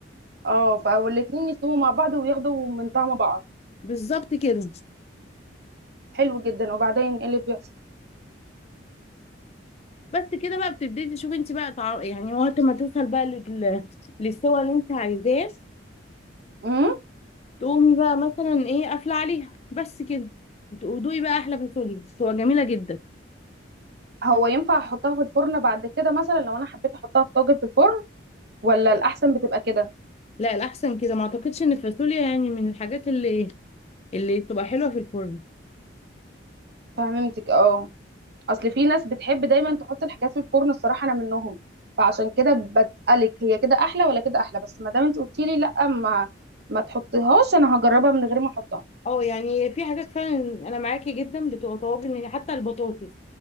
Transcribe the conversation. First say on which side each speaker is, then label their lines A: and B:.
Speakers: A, on the right; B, on the left.
A: اه فالاتنين يستووا مع بعض وياخدوا من طعم بعض
B: بالظبط كده
A: حلو جدا وبعدين ايه اللي بيحصل
B: بس كده بقى بتبتدي تشوفي انت بقى طع... يعني وقت ما توصل بقى لل... للسوا اللي انت عايزاه
A: امم
B: تقومي بقى مثلا ايه قافله عليها بس كده وتقضي بقى احلى فاصوليا بتبقى جميله جدا
A: هو ينفع احطها في الفرن بعد كده مثلا لو انا حبيت احطها في طاجن في الفرن ولا الاحسن بتبقى كده
B: لا الاحسن كده ما اعتقدش ان الفاصوليا يعني من الحاجات اللي اللي بتبقى حلوه في الفرن
A: فهمتك اه اصل في ناس بتحب دايما تحط الحاجات في الفرن الصراحه انا منهم فعشان كده بسألك هي كده احلى ولا كده احلى بس ما دام انت قلتي لي لا ما ما تحطيهاش انا هجربها من غير ما احطها
B: اه يعني في حاجات فعلا انا معاكي جدا بتبقى طواجن يعني حتى البطاطس